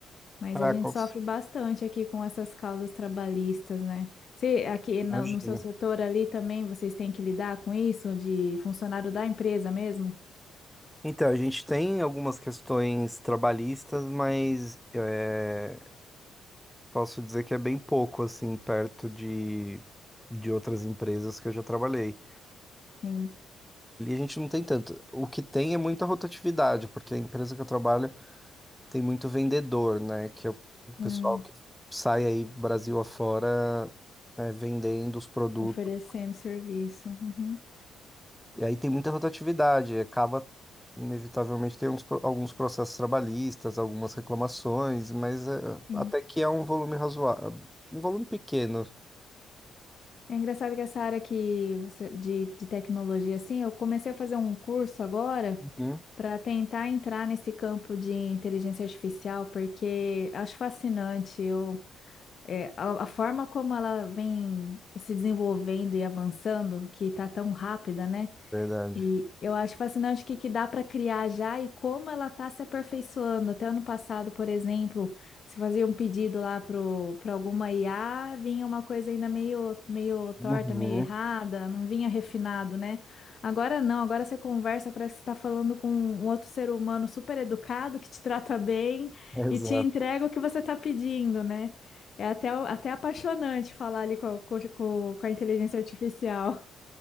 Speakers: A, on the left; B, in the centre.
A: Mas
B: Ah,
A: a gente
B: com-
A: sofre bastante aqui com essas causas trabalhistas, né? Se aqui
B: imagino.
A: no, no seu setor ali também vocês têm que lidar com isso, de funcionário da empresa mesmo?
B: Então, a gente tem algumas questões trabalhistas, mas é, posso dizer que é bem pouco, assim, perto de, de outras empresas que eu já trabalhei.
A: Sim.
B: Ali a gente não tem tanto. O que tem é muita rotatividade, porque a empresa que eu trabalho Tem muito vendedor, né? Que é o
A: Hum,
B: pessoal que sai aí Brasil afora né, vendendo os produtos.
A: oferecendo serviço. Uhum.
B: E aí tem muita rotatividade, acaba inevitavelmente tem uns, pro- alguns processos trabalhistas, algumas reclamações, mas é,
A: Sim.
B: até que é um volume razoável, um volume pequeno.
A: É engraçado que essa área que você- de, de tecnologia, assim, eu comecei a fazer um curso agora
B: Uhum,
A: para tentar entrar nesse campo de inteligência artificial, porque acho fascinante. Eu, é, a, a forma como ela vem se desenvolvendo e avançando, que está tão rápida, né?
B: verdade.
A: E eu acho fascinante o que, que dá para criar já e como ela está se aperfeiçoando. Até ano passado, por exemplo, se fazia um pedido lá para alguma IA, vinha uma coisa ainda meio, meio torta,
B: Uhum,
A: meio errada, não vinha refinado, né? Agora não, agora você conversa, parece que você está falando com um outro ser humano super educado que te trata bem
B: <laughs> exato.
A: e te entrega o que você está pedindo, né? É até, até apaixonante falar ali com, a- com, a com a inteligência artificial.